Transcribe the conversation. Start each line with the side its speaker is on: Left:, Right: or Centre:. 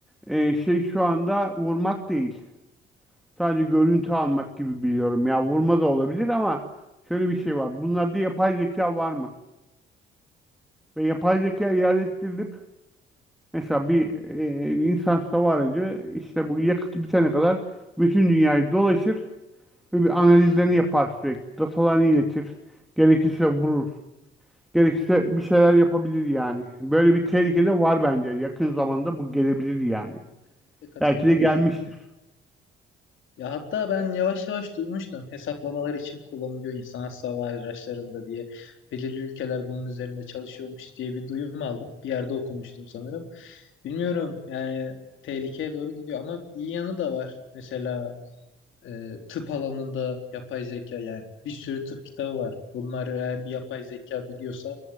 Centre: e, şey şu anda vurmak değil. Sadece görüntü almak gibi biliyorum. Ya vurma da olabilir ama şöyle bir şey var. Bunlarda yapay zeka var mı? Ve yapay zeka yerleştirilip mesela bir, e, bir insansız hava aracı işte bu yakıtı bitene kadar bütün dünyayı dolaşır ve bir analizlerini yapar sürekli. Datalarını iletir. Gerekirse vurur Gerekirse bir şeyler yapabilir yani. Böyle bir tehlike de var bence. Yakın zamanda bu gelebilir yani.
Left: kesinlikle katılıyorum
Centre: Belki de gelmiştir.
Left: size. Ya hatta ben yavaş yavaş duymuştum hesaplamalar için kullanılıyor insan hava araçlarında diye. Belirli ülkeler bunun üzerinde çalışıyormuş diye bir duyum aldım. Bir yerde okumuştum sanırım. Bilmiyorum yani tehlikeye doğru gidiyor ama iyi yanı da var. Mesela e, tıp alanında yapay zeka yani bir sürü tıp kitabı var. Bunlar eğer bir yapay zeka biliyorsa